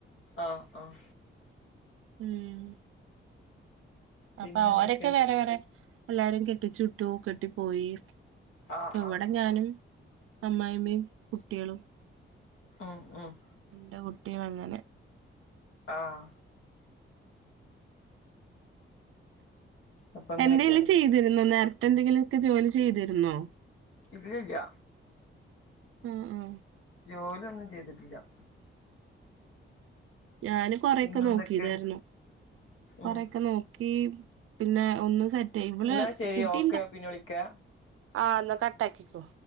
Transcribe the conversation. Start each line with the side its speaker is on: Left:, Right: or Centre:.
Left: ആഹ ആഹ
Right: ഉം
Left: പിന്നെ
Right: അപ്പൊ
Left: എന്തൊക്കെയാ
Right: ഓരൊക്കെ വേറെ വേറെ എല്ലാരും കെട്ടിച്ചുട്ടു കെട്ടി പോയി പ്പ
Left: ആഹ്
Right: ഇവിടെ
Left: ആഹ്
Right: ഞാനും അമ്മായിമ്മയും കുട്ടിയളും
Left: ആഹ് ആഹ്
Right: ന്റെ കുട്ടിയും അങ്ങനെ
Left: ആഹ അപ്പൊ അങ്ങനെയൊക്കെയാണ്
Right: എന്തെലും ചെയ്തിരുന്നോ നേരത്തെ എന്തെങ്കിലുമൊക്കെ ജോലി ചെയ്തിരുന്നോ?
Left: ഇല്ലില്ല
Right: ആഹ് ആഹ
Left: ജോലിയൊന്നും ചെയ്തിട്ടില്ല
Right: ഞാനും കൊറെയൊക്കെ
Left: പിന്നെന്തൊക്കെ
Right: നോക്കിയതായിരുന്നു കൊറേക്കെ
Left: ഉം
Right: നോക്കി പിന്നെ ഒന്ന് സെറ്റായി ഇവള്
Left: എന്നാ ശരി
Right: കുട്ടിണ്ടാ
Left: ഓക്കെ പിന്നെ വിളിക്കാ
Right: ആ ന്നാ കട്ടാക്കിക്കോ